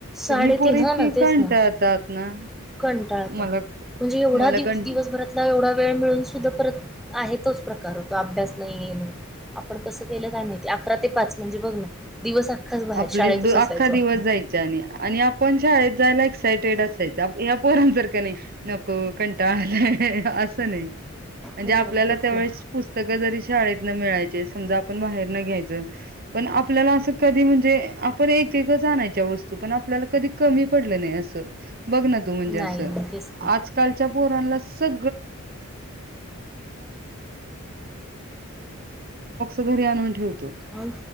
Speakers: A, in the centre; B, on the right.
A: साडेतीन
B: तर ही पोरं
A: हा
B: इतकी
A: ना तेच
B: कंटाळतात
A: ना
B: ना
A: कंटाळतात
B: मला
A: म्हणजे एवढा
B: मला
A: दिव
B: कं
A: दिवसभरातला एवढा वेळ मिळून सुद्धा परत आहे तोच प्रकार होतो अभ्यास नाही नाही आपण कसं केलं का नाही अकरा ते पाच म्हणजे बघ ना दिवस अख्खाच बाहेर
B: आपल
A: शाळेतच असायचो
B: अख्खा दिवस
A: आपण
B: जायच्या आणि -आणि आपण शाळेत जायला एक एक्सायटेड असायच या पोरां जर का नाही नको कंटाळलाय असं नाही म्हणजे
A: हो
B: आपल्याला
A: तेच
B: तेवढेच
A: नाही
B: पुस्तकं जरी शाळेत मिळायचे समजा आपण बाहेर न घ्यायच पण आपल्याला अस कधी म्हणजे आपण एक एकच आणायच्या वस्तू पण आपल्याला कधी कमी पडलं नाही असं बघ ना तू म्हणजे
A: नाही
B: असं
A: नाही तेच की
B: आजकालच्या पोरांला <inaudible> घरी आणून ठेव
A: अ